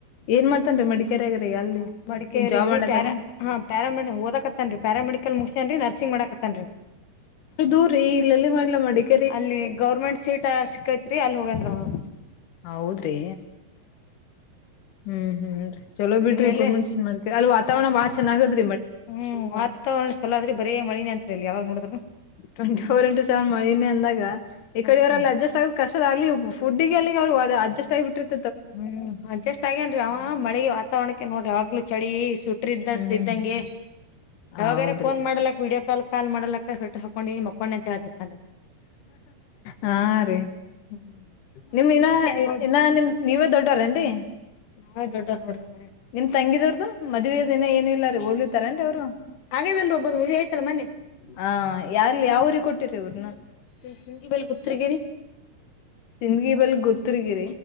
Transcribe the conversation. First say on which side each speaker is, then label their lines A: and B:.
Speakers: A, on the left (about 60°); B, on the left (about 80°).
A: ಏನ್ ಮಾಡ್ತನ್ರಿ ಮಡಿಕೇರಿಗ ಅಲ್ಲಿ
B: ಮಡಿಕೇರಿಗರಿ
A: ಏನ್ ಜಾಬ್ ಮಾಡದಾರ
B: ಪ್ಯಾರಾ ಹಾ, ಪ್ಯಾರಾ ಮೆಡಿಕಲ್ ಓದಕತ್ತನ್ರಿ. ಪ್ಯಾರಾಮೆಡಿಕಲ್ ಮುಗಸ್ಯನ್ರಿ ನರ್ಸಿಂಗ್ ಮಾಡಾಕತ್ತನ್ರಿ,
A: ದೂರರಿ ಇಲ್ಲೆಲ್ಲಿ ಮಾಡ್ಲಾ ಮಾಡಕ್ಕೆ <unintelligible>
B: ಅಲ್ಲಿ ಗೌರ್ಮೆಂಟ್ ಸೀಟ್ ಸಿಕ್ಕೈತ್ರಿ ಅಲ್ಲಿ ಹೋಗೇನ್ರಿ ಅವ್ನು.
A: ಹೌದ್ರಿ ಹ್ಮ್, ಹ್ಮ್ ಚಲೋ ಬಿಡರಿ
B: ಇಲ್ಲೆಲ್ಲಿ
A: ಗೌರ್ಮೇಂಟ್ <unintelligible> ಜಾಬ್ ಮಾಡ ಅ ವಾವರಣ ಬಾಳ ಚನ್ನಾಗದರಿ.
B: ಹ್ಮ್, ವಾತಾವರಣ ಚಲೋ ಆದ್ರಿ ಬರೇ ಮಳಿನೇ ಅತಾದರಿಇಲ್ಲಿ ಯಾವಾಗ ನೋಡಿದ್ರೂ.
A: ಟ್ವೆಂಟಿ ಫೋರ್ ಇಂಟು ಸೆವೆನ್ ಮಳಿನೆ ಅಂದಾಗ. ಈ
B: ಹ್ಮ್
A: ಕಡೆಯವರಲ್ಲಿ ಅಡ್ಜಸ್ಟ್ ಆಗಾಕ ಕಷ್ಟ ಅಲ್ಲಿ ಫುಡ್ಡಿಗೆ ಅಲ್ಲಿ., ಅವ ಅಡ್ಜಸ್ಟ್ ಆಗಿಬಿಟ್ಟಿದ್ದಾರೆ.
B: ಹ್ಮ್, ಅಡ್ಜಸ್ಟ್ ಆಗೇನ್ರಿ. ಅವನುಮಳೆಗೆ ವಾತಾವರಣಕ್ಕೆ ನೋಡ್ರಿ ಯವಗ್ಲು ಚಳಿ ಸ್ವೇಟರ್ದ ಇದ್ದದ
A: ಹ್ಮ್
B: ಇದ್ದ್ಂಗ. ಯಾವಾಗಾರ
A: ಹೌದ್ರಿ
B: ಫೋನ್ ಮಾಡಲಕ್ ವೀಡಿಯೋ ಕಾಲ್ ಕಾಲ್ ಮಾಡಲಕ್ ಸ ಹಾಕೊಂಡು ಮಕ್ಕೊಂಡ್ ಅಂತ ಹಳ್ತತಿ ಮದದ
A: ಹಾ ರೀ
B: ಹ್ಮ್
A: ನಿಮ್ ಇನ್ನ
B: ನೋಡ್ರಿ
A: ಇನ್ನ ನಿಮ್ ನೀವೇ ದೊಡ್ಡರೇನ್ರಿ,
B: ನಾವೇ ದೊಡ್ಡೋರ್ ನೋಡ್ರಿ ಮನ್ಯಾಗ
A: ನಿಮ್ ತಂಗಿದವ್ರದು ಮದಿವಿ ಅದು ಏನಿಲ್ಲ ರೀ ಓದಲತಾರೇನ್ರಿ ಅವ್ರು.
B: ಹಾಗೇನಲ್ರಿ ಒಬ್ಬರ್ ಮದ್ವಿ ಆಯ್ತಲ್ಲ ಮನ್ನಿ
A: ಹ ಯಾರ್ಲ್ ಯಾವೂರಿಗೆ ಕೊಟ್ಟಿರಿ ಅವ್ರು,
B: ಇಲ್ಲಿ ಸಿಂಗಿ ಬಲ್ ಗುತ್ತಗಿರಿ
A: ಸಿಂದ್ಗಿ ಬಲ್ಲಿ ಗತ್ತರಿಗಿ.